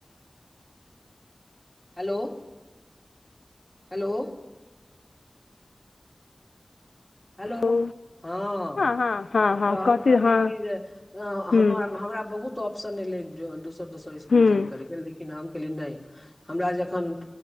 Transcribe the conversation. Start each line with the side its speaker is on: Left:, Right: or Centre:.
Centre: हेलो हेलो हेलो
Left: हँ
Centre: हँ
Left: हँ हँ
Centre: तऽ
Left: हँ
Centre: हम
Left: कथी
Centre: कहलियै
Left: हँ
Centre: कि जे
Left: ह्म्म
Centre: हमर हमरा बहुत ऑप्शन एलै दोसर - दोसर इस्कुल
Left: ह्म्म
Centre: ज्वाइन करैके लेकिन हम कहलियै नय हमरा जखन